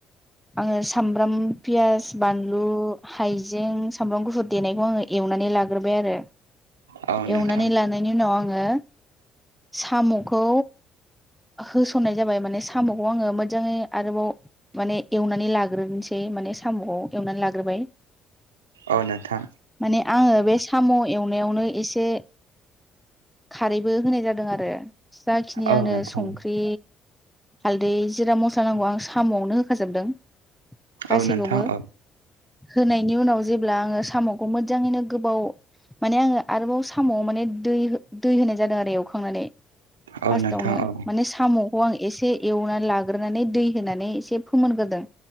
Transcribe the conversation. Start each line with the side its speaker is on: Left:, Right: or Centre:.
Centre: आङो सामब्राम फियास, बानलु, हाइजें, सामब्राम, गुफुर देनायखौ आङो एवनानै लाग्रोबाय आरो
Right: औ नोंथां
Centre: एवनानै लानायनि उनाव आङो साम'खौ होसननाय जाबाय माने साम'खौ आङो मोजाङै आरोबाव माने एवनानै लाग्रोनोसै माने साम'खौ एवनानै लाग्रोबाय
Right: औ नोंथां
Centre: मे आङो बे साम' एवनायावनो एसे खारैबो होनाय जादों आरो जाखिनि
Right: औ
Centre: आंनो
Right: नोंथां
Centre: संख्रि हालदै, जिरा, मस्ला नांगौ आं साम'आवनो होखाजोबदों। गासैखौबो
Right: औ नोंथां औ
Centre: होनायनि उनाव जेब्ला आङो साम'खौ मोजाङैनो गोबाव माने आङो आरोबाव सामाव माने दै दै होनाय जादों आरो एवखांनानै
Right: औ
Centre: फार्स्टआवनो
Right: नोंथां औ
Centre: माने साम' अ आं एसे एवनानै लाग्रोनानै दै होनानै एसे फोमोनग्रोदों